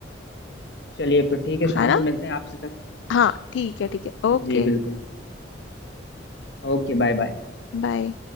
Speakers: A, on the left; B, on the left.
A: चलिए फिर ठीक है
B: है
A: शाम
B: ना
A: को मिलते हैं आपसे तक
B: हाँ ठीक है ठीक है ओके
A: जी बिल्कुल Okay bye bye
B: बाय